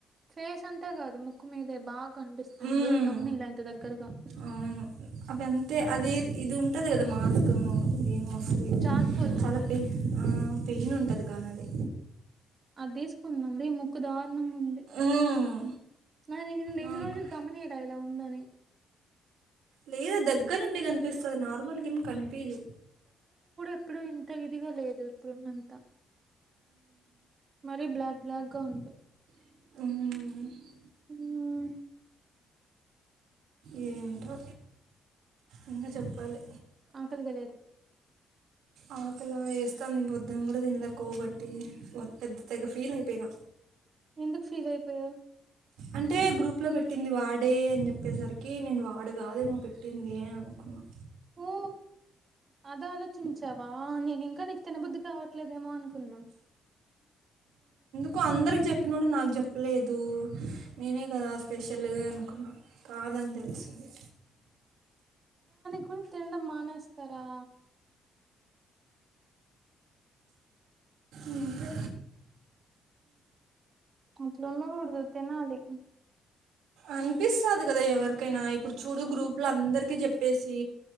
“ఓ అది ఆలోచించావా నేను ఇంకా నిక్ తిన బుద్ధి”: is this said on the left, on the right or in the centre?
Right